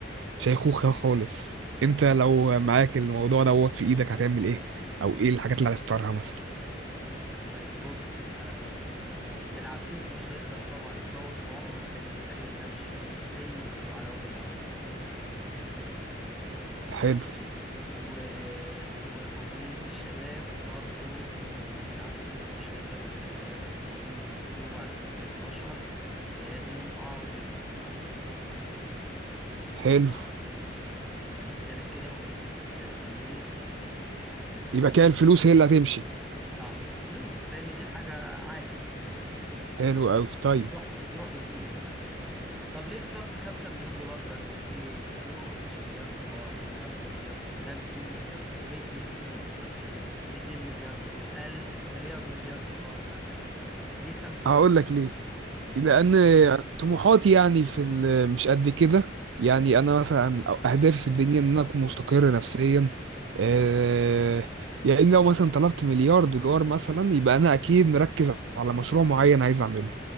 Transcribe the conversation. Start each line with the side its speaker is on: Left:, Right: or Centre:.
Right: شيخوخة خالص أنت لو معاك الموضوع دوت في إيدك هتعمل إيه أو إيه الحاجات اللي هتختارها مثلا
Centre: طيب بص آه العفريت مش هيقدر طبعا يطول في عمرك لأن الأجل ده مش في إيد أي مخلوق على وجه الأرض أصلا
Right: حلو
Centre: و... وأمنية الشباب برضو مم، العفريت مش هيقدر يخليها لك لأني مكتوب على كل البشر لازم يبقوا عواجيز
Right: حلو
Centre: يبقى لسه لك كده امنيتين انت تمنيت الخمسه
Right: يبقى كده الفلوس هي اللي هتمشي
Centre: اه الفلوس لان دي حاجه عادي
Right: حلو أوي طيب
Centre: بتروح بتروح وتيجي زي ما احنا بنقول طب ليه اخترت 5 مليون دولار بس ليه ليه ما قلتش مليار دولار 5 مليار دولار 50 مليار دولار 200 مليون دولار 200 مليار دولار أقل مليار مليار دولار مثلا ليه 5
Right: هقول
Centre: مليار
Right: لك ليه لان
Centre: 5 مليون
Right: طموحاتي يعني في ال- مش قد كده يعني انا مثلا أو- اهدافي في الدنيا ان انا اكون مستقر نفسيا آه، يعني لو مثلا طلبت مليار دولار مثلا يبقى انا اكيد مركز على مشروع معين عايز اعمله